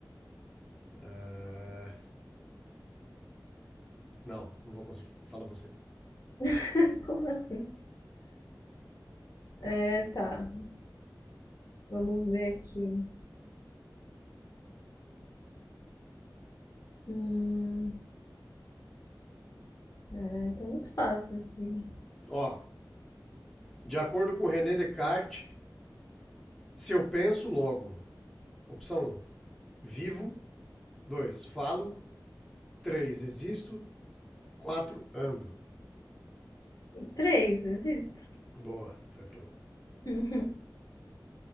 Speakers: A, in the centre; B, on the left (about 55°).
A: Ah, não, não vou conseguir. Fala você.
B: <laughs> como assim? É, tá. Vamos ver aqui. Hum, caralho, tá muito fácil aqui.
A: Ó, de acordo com René Descartes, se eu penso, logo. Opção um, vivo. dois, falo. três, existo. Quatro, ando.
B: Três, existo.
A: Boa, acertou.
B: <laughs>